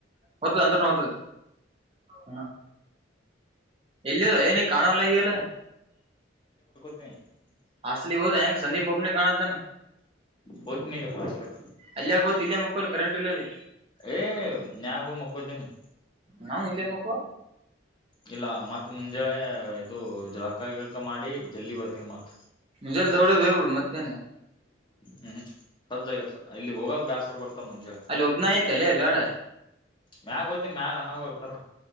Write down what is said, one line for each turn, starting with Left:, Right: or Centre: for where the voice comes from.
Right: ಹೊದ್ತದ ಅಂದ್ರ ಹೊ್ತದ ಹಾ ಇಲ್ಲ ಅಲ್ಲ ನೀ ಕಾಣವ ಲ ಅಲ್ಲ
Left: <inaudible>
Right: ಹಾಾಸಲಿ ಬಂಗ ಸಂದೀಪ ಒಬ್ಬನ ಕಾಣಾ ತ
Left: ಹೋಗ್ತೀನಿ ಈಗ ಹಾಸ್ಟ್ಲಕ್
Right: ಅಲ್ಲಯಕ್ ಹತ್ ಇಲ್ಲಯ ಮಕ್ಕಳ ಕರೆಂಟ್ ಇಲ್ಲದೆ
Left: ಏ ನ್ಯಾಗ ಹ ಮಕ್ಕೊತೀನಿ
Right: ನಾ ಇಲ್ಲೇ ಮಕ್ಕ
Left: ಇಲ್ಲ ಮತ್ತ್ ಮುಂಜಳೆ ಇದು ಜಳಕ ಗಳಕ ಮಾಡಿ ಜಲ್ಲಿ ಬರ್ತೀನಿ ಮತ್
Right: ಜೆಲ್ಲ ದೌಡದು ಹವ ಮತ್ತೆನ್ನ
Left: ಹ್ಮ್ ಸದಾಗ ಇಲ್ಲಿ ಹೋಗ ಬ್ಯಾಸರು ಬರ್ತ ಮುಂಜೆ
Right: ಅಲ್ಲಿ ಒಬ್ನೇ ಆಯ್ತ ಅಲ್ಲೇ ಬ್ಯಾಡ
Left: ಮ್ಯಾಗ ಹೋಗ್ತೀನಿ ಮ್ಯಾಗ ಅನ್ನಾಗ ಹೋಗಿರ್ತಾರ